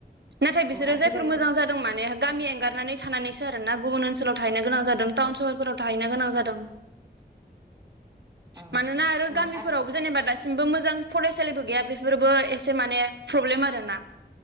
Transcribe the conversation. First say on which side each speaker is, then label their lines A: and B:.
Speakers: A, on the right; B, on the right.
A: नाथाय बिसोरो
B: आथिखाल
A: जायफोर मोजां जादों माने गामि एंगार <unintelligible> थानानैसो आरो ना गुबुन ओनसोलाव थाहैनो गोनां जादों टाउन सहरफोराव थाहैनो गोनां जादों
B: औ
A: मानोना आरो
B: औ
A: गामिफोरावबो जेनेबा दासि दसिमबो मोजां फरायसालिबो गैया बेफोरबो एसे माने प्रब्लेम आरो ना।